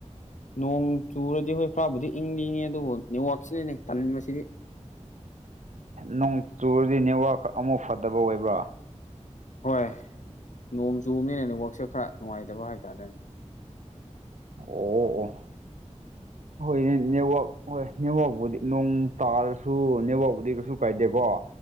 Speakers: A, on the left; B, on the right.
A: ꯅꯣꯡ ꯆꯨꯔꯗꯤ ꯍꯣꯏ ꯈꯔꯕꯨꯗꯤ ꯏꯪꯗꯤ ꯏꯉꯦ ꯑꯗꯨꯕꯨ ꯅꯦꯠꯋꯥꯛꯁꯤꯅꯅꯦ ꯇꯟꯕꯁꯤꯗꯤ꯫
B: ꯅꯣꯡ ꯆꯨꯔꯗꯤ ꯅꯦꯠꯋꯔꯥꯛ ꯑꯃꯨꯛ ꯐꯠꯇꯕ ꯑꯣꯏꯕ꯭ꯔꯥ꯫
A: ꯍꯣꯏ ꯅꯣꯡ ꯆꯨꯕꯅꯤꯅ ꯋꯥꯛꯁꯦ ꯈꯔ ꯅꯨꯡꯉꯥꯏꯇꯕ ꯍꯥꯏꯕꯇꯥꯥꯔꯦꯅꯦ꯫
B: ꯑꯣ ꯑꯣ ꯑꯣ꯫ ꯍꯣꯏ ꯅꯦꯠꯋꯥꯛ ꯍꯣꯏ ꯅꯦꯠꯋꯥꯛꯄꯨꯗꯤ ꯅꯣꯡ ꯇꯥꯔꯁꯨ ꯅꯦꯠꯋꯥꯛꯄꯨꯗꯤ ꯀꯩꯁꯨ ꯀꯥꯏꯗꯦꯀꯣ꯫